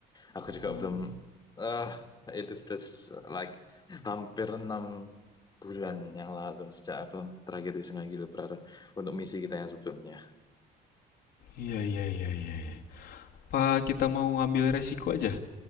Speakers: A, on the left; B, on the left.
A: Aku juga
B: Oh,
A: belum, ah it is this, like, hampir enam bulan yang lalu sejak aku tragedi Sungai Gilbrar untuk misi kita yang sebelumnya.
B: iya iya iya iya. Apa kita mau ngambil resiko aja?